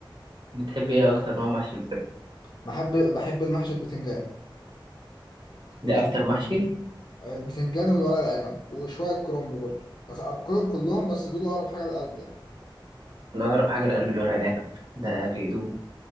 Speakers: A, on the right; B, on the left.
A: بتحب ايه اكتر نوع محشي بتحبه
B: بحب بحب المحشي البتنجان وال-
A: ده اكتر محشي
B: البتنجان والورق العنب وشوية كرنب برضو بس باكلهم كلهم بس دول اقرب حاجة لقلبي يعني
A: انا اقرب حاجة لقلب الورق العنب ده بيدوب